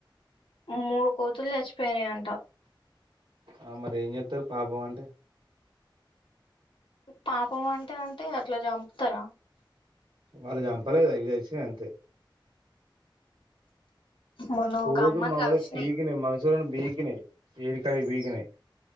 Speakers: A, on the left (about 80°); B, on the right (about 80°).
A: మూడు కోతులు చచ్చిపోయినయి అంట
B: ఆ మరి ఏం చేత్తరు పాపం అంటే
A: పాపం అంటే అంటే అట్లా చంపుతరా
B: వాళ్ళు చంపలేదు అవి సచ్చినయి అంతే
A: మొన్న
B: కోతులు
A: ఒక అమ్మని
B: మాముల్గా
A: కరిసినాయి
B: పీకినయి మనుషులను బీకినయి ఏడికయి బీకినాయి